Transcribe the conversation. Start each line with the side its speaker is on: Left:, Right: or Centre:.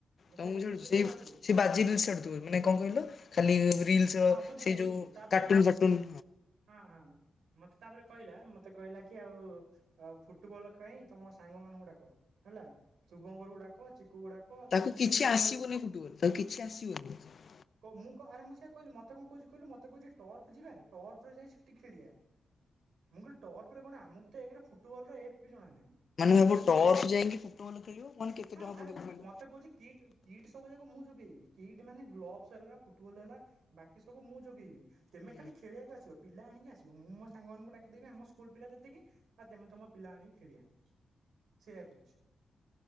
Right: ମତେ
Left: ତମକୁ
Right: ରିଲ୍ସ
Left: ଯାଣିଚି
Right: ବି ସେ ଛାଡୁଛି
Left: ସେ ବାଜ୍ୟ ରିଲ୍ସ ଛାଡୁଥିବ ମାନେ କଣ କହିଲ ଖାଲି ରିଲସ
Right: ହଁ
Left: ର
Right: ବୁଝିଲି
Left: ସେ
Right: ବୁଝିଲି
Left: ଯୋଉ
Right: ତାପରେ
Left: କାର୍ଟୁନ ଫାର୍ଟୁନ
Right: ହଁ ହଁ ମତେ ତାପରେ କହିଲା ମତେ କହିଲା କି ଆଉ ଅ ଫୁଟବଲ ପାଇଁ ତମ ସାଙ୍ଗ ମାନଙ୍କୁ ଡାକ ହେଲା ଶୁଭଙ୍କର କୁ ଡାକ ଚି କୁଗୁଡାକ
Left: ତାକୁ
Right: ତମ ଯେତେ
Left: କିଛି
Right: ବି ସାଙ୍ଗ
Left: ଆସିବନି
Right: ଅଛି,
Left: ଫୁଟବଲ ତାକୁ କିଛି ଆସିବନି।
Right: ମୁଁ କ ଆରେ ମୁଁ ତାକୁ କହିଲେ ମତେ କହୁଛି କହିଲ ମତେ କହୁଛି ଟର୍ଫ ଯିବା ଟର୍ଫରେ ଯାଇ ସେଠି ଖେଳିବା। ମୁଁ କହିଲି ଟର୍ପ ରେ କଣ ଆମକୁ ତ ଏକରେ ଫୁଟବଲ ର ଏଫ୍ ବି ଜଣା ନାହିଁ। ମାନେ
Left: ଭାବ
Right: ମୁଁ
Left: ଟର୍ଚ୍ଚ
Right: କହିଛି
Left: ଯାଇକି ଫୁଟବଲ ଖେଳିବ ମାନେ କେତେ
Right: ହଁ
Left: ଟଙ୍କା
Right: ଆରେ
Left: ପଡିବ କହିଲ?
Right: ମତେ କହୁଛି କିଟ୍ କିଟ୍ ସବୁ ଯାକ ମୁଁ ଯୋଗେଇବି। କିଟ୍ ମାନେ ଗ୍ଲୋଭସ ହେଲା ଫୁଟବଲ ହେଲା ବାକି ସବୁ ମୁଁ ଯୋଗେଇବି। ତେମେ
Left: ହୁଁ
Right: ଖାଲି ଖେଳିବାକୁ ଆସିବ ପିଲା ଆଣିକି ଆସିବ, ମୁଁ ମୋ ସାଙ୍ଗମାନଙ୍କୁ ଡ଼ାକିଦେବି ଆମ ସ୍କୁଲ ପିଲା ଯେତିକି। ଆଉ ତେମେ ତମ ପିଲା ଆଣି ଖେଳିଆ, ସେ ଏଇଆ କହୁଛି।